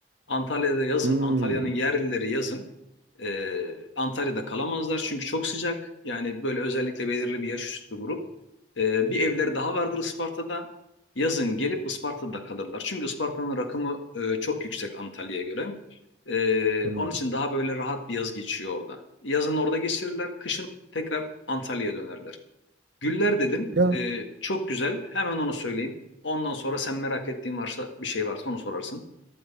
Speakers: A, on the left; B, on the right.
A: Antalya'da yazın,
B: Hmm,
A: Antalya'nın yerlileri yazın. Ee, Antalya'da kalamazlar çünkü çok sıcak. Yani böyle özellikle belirli bir yaş üstü grup. Ee, bir evleri daha vardır Isparta'da. Yazın gelip Isparta'da kalırlar. Çünkü Isparta'nın rakımı e, çok yüksek Antalya'ya göre. Ee,
B: anladım.
A: onun için daha böyle rahat bir yaz geçiyor orada. Yazın orada geçirirler, kışın tekrar Antalya'ya dönerler. Güller dedin,
B: Ya
A: Ee, çok güzel. Hemen onu söyleyeyim. Ondan sonra sen merak ettiğin varsa bir şey varsa onu sorarsın.